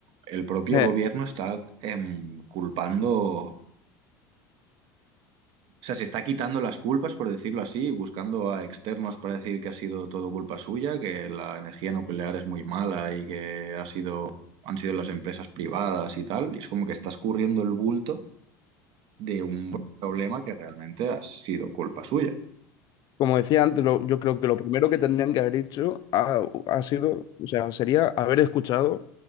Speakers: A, on the right; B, on the left.
A: el propio
B: Eh,
A: gobierno está em, culpando. O sea, se está quitando las culpas, por decirlo así, buscando a externos para decir que ha sido todo culpa suya, que la energía nuclear es muy mala y que ha sido, han sido las empresas privadas y tal. Y es como que está escurriendo el bulto de un problema que realmente ha sido culpa suya.
B: Como decía antes, lo- yo creo que lo primero que tendrían que haber hecho ha, ha sido, o sea, sería haber escuchado